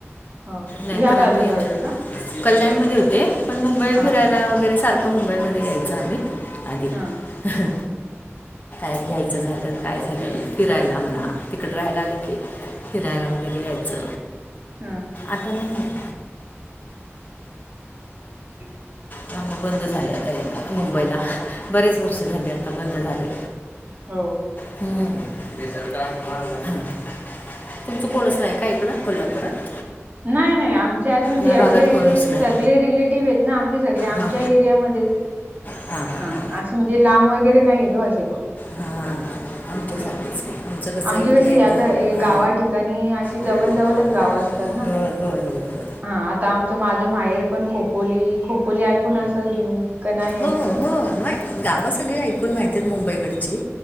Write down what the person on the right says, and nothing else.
हो
या बाजूला
होते का?
हा
का
हा
हा
ह
हो
नाही नाही आमचे असं म्हणजे
एवढे
सगळे रिलेटिव्ह हेत ना आमचे सगळे आमच्या
एरियामध्ये हायत
हा
असे म्हणजे लांब वगैरे नाहीत ओ असे कोण
ह
आमची
कशी
आता ए
गावा ठिकाणी अशी
जवळ जवळच गावं असतात ना.
हा आता आमचं माझं माहेर पण खोपोली, खोपोली ऐकून असाल तुम्ही का नाही
ऐक